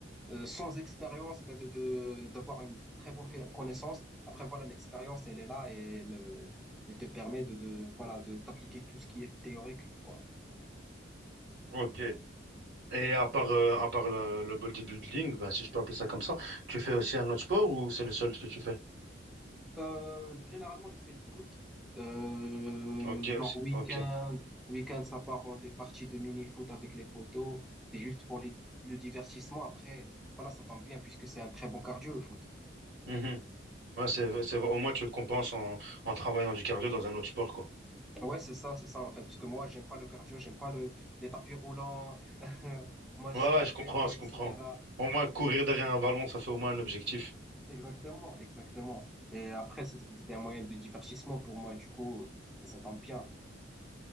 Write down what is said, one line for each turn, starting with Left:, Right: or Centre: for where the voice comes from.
Centre: euh, sans expérience, ben de, de, d'avoir une très bonne conna- connaissance. Après, voilà, l'expérience, elle est là et elle, euh, elle te permet de, de, voilà, de, d'appliquer tout ce qui est théorique, quoi.
Right: Ok, Et à part, euh, à part le, le bodybuilding, ben, si je peux appeler ça comme ça, tu fais aussi un autre sport ou c'est le seul que tu fais?
Centre: Euh, généralement, je fais de foot. Euh,
Right: Ok,
Centre: genre
Right: aussi.
Centre: week-end,
Right: Ok.
Centre: week-end, ça part en des parties de mini-foot avec les potos. C'est juste pour les- le divertissement. Après, voilà, ça tombe bien puisque c'est un très bon cardio, le foot.
Right: Mhm. Ouais, c'est, c'est, au moins, tu compenses en, en travaillant du cardio dans un autre sport, quoi.
Centre: Ouais, c'est ça, c'est ça en fait. Parce que moi, j'aime pas le cardio, j'aime pas le, les tapis roulants, <laughs> machin,
Right: Ouais, ouais, je
Centre: vélo,
Right: comprends, je
Centre: etc.
Right: comprends. Au moins, courir derrière un ballon, ça fait au moins un objectif.
Centre: Exactement, exactement. Et après, c'est c'est- c'est un moyen de divertissement pour moi, du coup, ça tombe bien.